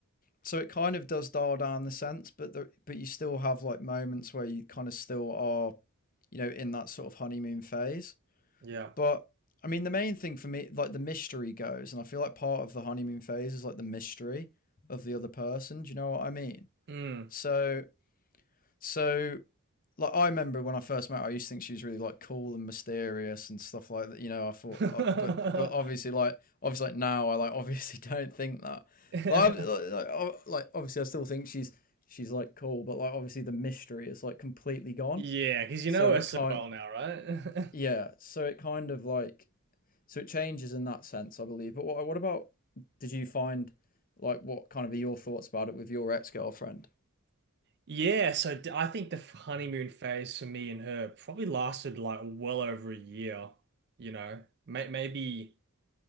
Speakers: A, on the left; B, on the right.
A: so it kind of does dial down the sense, but the, but you still have like moments where you kind of still are, you know, in that sort of honeymoon phase.
B: Yeah.
A: But I mean, the main thing for me, like the mystery goes, and I feel like part of the honeymoon phase is like the mystery of the other person. Do you know what I mean?
B: Mm.
A: So so like I remember when I first met her, I used to think she was really like cool and mysterious and stuff like that. You know, I thought,
B: <laughs>
A: uh, but but obviously, like obviously, like now I like <laughs> obviously don't think that.
B: <laughs>
A: Like, like, like uh, like, obviously, I still think she's she's like cool, but like obviously, the mystery is like completely gone.
B: Yeah, because you
A: So
B: know her
A: it
B: so
A: can't,
B: well now, right?
A: yeah.
B: <laughs>
A: So it kind of like so it changes in that sense, I believe. But what what about? Did you find like what kind of are your thoughts about it with your ex girlfriend?
B: Yeah, so d- I think the honeymoon phase for me and her probably lasted like well over a year, you know, May maybe